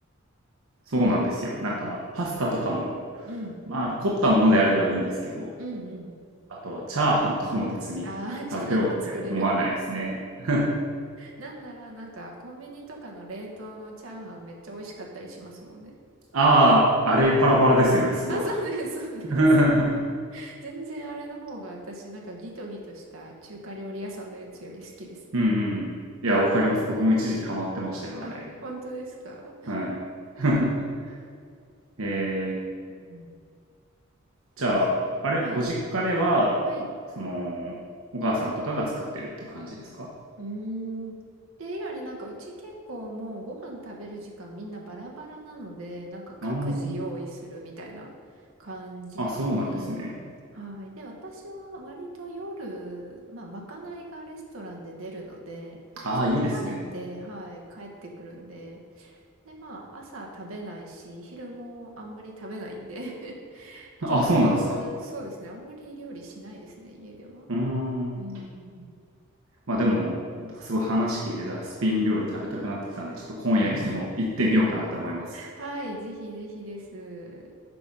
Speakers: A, on the right (about 90°); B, on the right (about 70°).
A: そうなんですよ。なんかパスタとかも、
B: オムライス。うん。
A: まあ凝ったものであればいいんですけど、
B: うんうん。
A: あとはチャーハンとかも別に食べようって思わないですね。
B: ああ、<laughs> じゃあもう作れる。
A: <laughs>
B: なんなら、なんか、コンビニとかの冷凍のチャーハンめっちゃ美味しかったりしますもんね。
A: ああ、あれパラパラですよね、すごい。
B: あ、そうです、
A: <laughs>
B: そうです。
A: うん
B: <laughs> 全然あれの方が私、なんかギトギトした中華料理屋さんのやつより好きですね。
A: うん。いや、わかります。僕も一時期ハマってましたよ、
B: あ、
A: あれ。
B: 本当ですか
A: はい。<laughs> えー、
B: うん
A: じゃあ、
B: ですね。
A: あれ、
B: はい。
A: ご実家では、
B: はい。
A: その、お母さんとかが作ってるって感じですか
B: うーん。っていうよりなんかうち結構もうご飯食べる時間みんなバラバラなので、なんか各自用意するみたいな感じで、
A: あーあ、そうなんですね。
B: はい。で、私は割と夜、まあ、まかないがレストランで出るので、
A: ああ、
B: それ食べて、
A: いいですね。
B: はい、帰ってくるんで、で、まあ、朝食べないし、昼もあんまり食べないんで <laughs>
A: あ、
B: 結局、
A: そうなんですか。
B: そうですね、あんまり料理しないですね、家では。
A: うーん。
B: うん。
A: まあでも、なんかすごい話聞いてたらスペイン料理食べたくなってきたんで、ちょっと今夜にでも行ってみようかなと思います。
B: はい、ぜひぜひです。